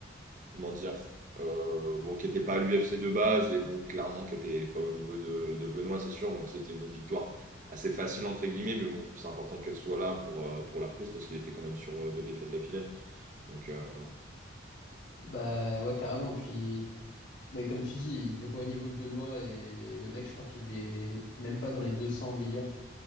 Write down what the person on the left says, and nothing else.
Bah ouais, carrément. Puis, ouais, comme tu dis, il était pas au niveau de Benoît et le mec, je crois qu'il est même pas dans les 200 meilleurs